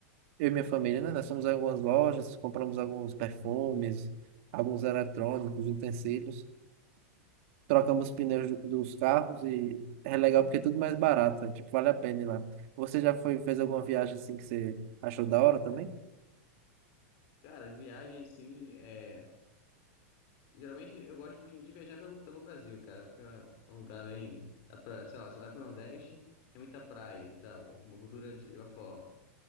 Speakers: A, on the right; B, on the left.
A: eu e minha família, né? Nós fomos em algumas lojas, compramos alguns perfumes, alguns eletrônicos, utensílios, trocamos pneus do- dos carros e é legal porque é tudo mais barato, é, tipo, vale a pena ir lá. Você já foi, fez alguma viagem assim que você achou da hora também?
B: Cara, viagem assim, é... Geralmente eu gosto bastante de viajar pelo, pelo Brasil, cara, porque é um lugar bem... Dá pra, sei lá, você vai pro Nordeste, é muita praia e tal, alguma cultura de uma forma.